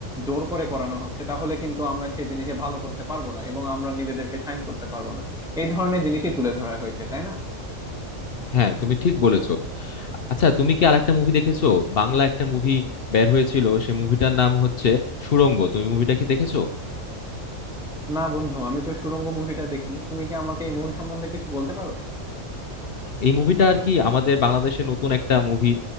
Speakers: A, in the centre; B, on the left.
A: জোর করে করানো হচ্ছে তাহলে কিন্তু আমরা সেই জিনিসে ভালো করতে পারবো না এবং আমরা নিজেদেরকে সাইন করতে পারবো না এই ধরনের জিনিসই তুলে ধরা হয়েছে তাই না
B: হ্যাঁ তুমি ঠিক বলেছো আচ্ছা তুমি কি আরেকটা মুভি দেখেছো বাংলা একটা মুভি বের হয়েছিল সে মুভিটার নাম হচ্ছে সুড়ঙ্গ তুমি মুভিটা কি দেখেছো
A: না বন্ধু আমি তো সুড়ঙ্গ মুভিটা দেখিনি তুমি কি আমাকে এই মুভি সম্বন্ধে কিছু বলতে পারো
B: এই মুভিটা আর কি আমাদের বাংলাদেশে নতুন একটা মুভি